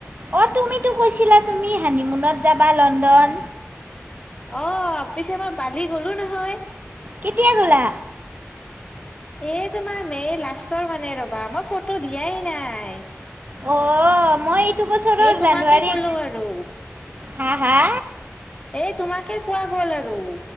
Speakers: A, on the right; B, on the left.
A: অ', তুমিতো কৈছিলা তুমি হানিমুনত যাবা লণ্ডন।
B: অ', পিছে মই বালি গ'লো নহয়।
A: কেতিয়া গ'লা।
B: এ তোমাৰ মে'ৰ লাষ্টৰ মানে ৰ'বা, মই ফটো দিয়াই নাই।
A: অ', মই এইটো বছৰৰ
B: এই তোমাকে
A: জানুৱাৰীত
B: ক'লো আৰু।
A: হা হা?
B: এই তোমাকে কোৱা গ'ল আৰু।